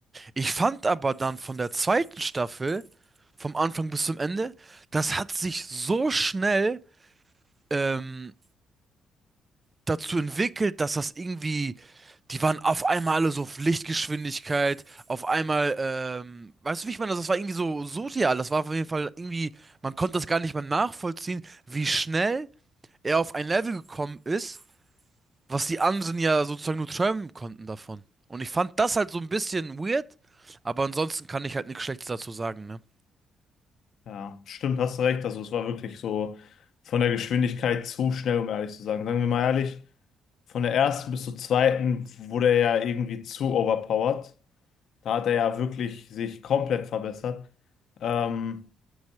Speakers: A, on the right; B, on the left.
A: Ich fand aber dann von der zweiten Staffel, vom Anfang bis zum Ende, das hat sich so schnell ähm, dazu entwickelt, dass das irgendwie, die waren auf einmal alle so auf Lichtgeschwindigkeit, auf einmal, ähm, weißt du, wie ich meine, das das war irgendwie so surreal, das war auf jeden Fall irgendwie, man konnte das gar nicht mehr nachvollziehen, wie schnell er auf ein Level gekommen ist, was die anderen ja sozusagen nur träumen konnten davon. Und ich fand das halt so ein bisschen weird, aber ansonsten kann ich halt nichts Schlechtes dazu sagen, ne?
B: ja, stimmt, hast du recht. Also es war wirklich so von der Geschwindigkeit zu schnell, um ehrlich zu sagen. Sagen wir mal ehrlich, von der ersten bis zur zweiten wurde er ja irgendwie zu overpowered. Da hat er ja wirklich sich komplett verbessert. Ähm,